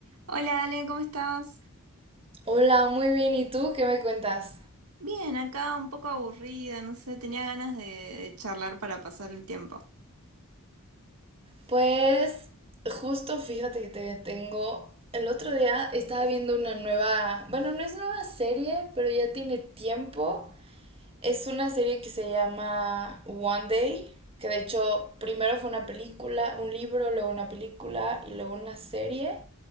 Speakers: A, on the right (about 80°); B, on the right (about 25°).
A: Hola Ale, ¿cómo estás?
B: Hola, muy bien. ¿Y tú qué me cuentas?
A: Bien, acá un poco aburrida, no sé, tenía ganas de, de charlar para pasar el tiempo.
B: Pues justo fíjate que te tengo... El otro día estaba viendo una nueva, bueno, no es nueva serie, pero ya tiene tiempo. Es una serie que se llama One Day, que de hecho primero fue una película, un libro, luego una película y luego una serie.